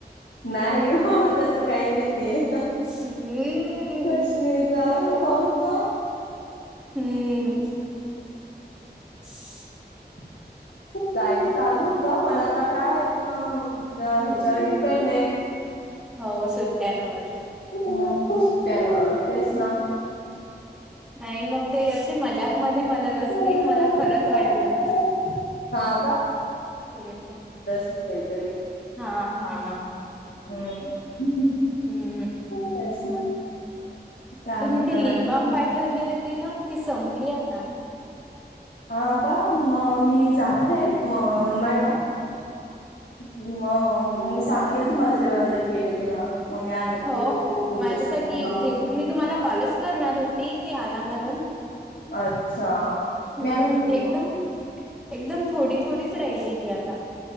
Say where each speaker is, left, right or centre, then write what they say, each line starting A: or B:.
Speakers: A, on the left; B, in the centre.
A: नाही हो, तस काही नाही
B: हम्म
A: कश्मीर ला आता पाहू ना.
B: हम्म. <unintelligible>
A: <inaudible> जायचं चालू होत पण आता काय अ ह्याच्यावर डिफेंड आहे.
B: हो सुट्ट्यांवर.
A: हम्म‌ तेच ना <unintelligible>
B: नाही मग ते असे मज्याक मध्ये म्हनत बसतील
A: तेच
B: मला खरच
A: मला
B: वाटलं,
A: हा
B: हम्म.
A: तर कायतर
B: हा हा.
A: हम् ह ह
B: हम्म
A: तेच ना. काय
B: तुम्ही
A: म्हणता
B: ती लिप
A: बाकी
B: बाम पाठवली होती न ती संपली आता.
A: हा का म मी जाणार आहे म मनमाडला ह हा हा, मग मग मी सांगेल तुम्हाला जेव्हा ज गेले तेव्हा. मग मी आणेल.
B: हो हो
A: तुमच्यासाठी
B: माझ्यासाठी
A: हा
B: एक घे, मी तुम्हाला कॉलच करणार होती की आणा म्हणून
A: अच्छा,
B: हम्म
A: मी आणून देईल
B: एकदम
A: मग.
B: एकदम थोडी थोडीच राहिली ती आता